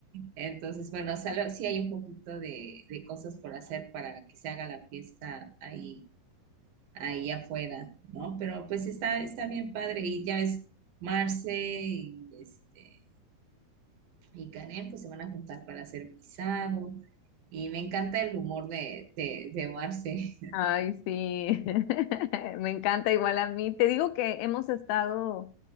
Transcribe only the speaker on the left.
Ay, sí, <laughs> me encanta igual a mí. Te digo que hemos estado